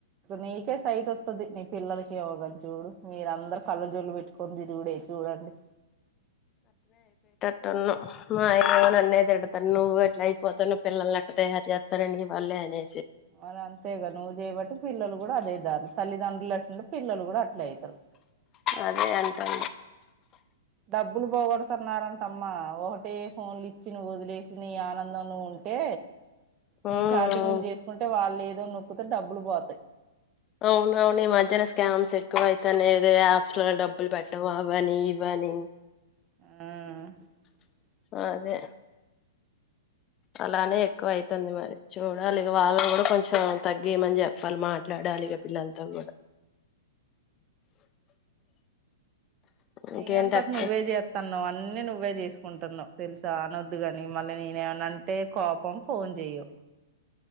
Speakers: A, on the right; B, on the left.
A: నీకే సైట్ వస్తుది నీ పిల్లలకి యోగని చూడు మీర అందరు కళ్ళ జొల్లు పెట్టు కొని తిరుగుడు ఎక్కువగా ఉంది
B: తిన్ను మా ఆయన నన్నే తిడతాడు నువ్వే అయిపోతును పిల్లనిక్క తయారు చేస్తారండి ఇ వాళ్ళేని
A: అన అంతేగా నివు చేయబట్టి పిల్లలు కూడా అదే దారీ తల్లిదండ్రులు ఎట్లూటే పిల్లలు కూడా అట్లే అవుతారు
B: అదే అంటడా
A: డబ్బులు పోగొడుతున్నారంటమ్మా ఒకటి ఫోన్లు ఇచ్చి నువ్వు వదిలేసి నీ ఆనందం లో నువు ఉంటే
B: ఉమ్
A: నీ చాటింగులు చేసుకుంటే వాళ్ళు ఏదో నొక్కుతే డబ్బులు పోతాయి
B: అవున అవును ఈ మధ్యన స్కామ్స్ ఎక్కువ అయితనే యాప్స్ లో డబ్బులు పెట్టడం అ వని ఇవని
A: ఆ
B: అదే అలానే ఎక్కువ అయితుంది మరి చూడాల వాళ్ళనీ కూడా కొంచెం తగ్గియమని చెప్పాలి మాట్లాడ లీ పిల్లలతో కూడా
A: నీ
B: ఇంకేంటి
A: అంతట
B: అక్క
A: నువ్వే చేస్తా నువ్ అన్ని నువ్వే చేసుకుంటున్నావు తెలుసా అనొద్దు కాని మళ్ళీ నేనేమనంటే కోపం ఫోన్ చెయవు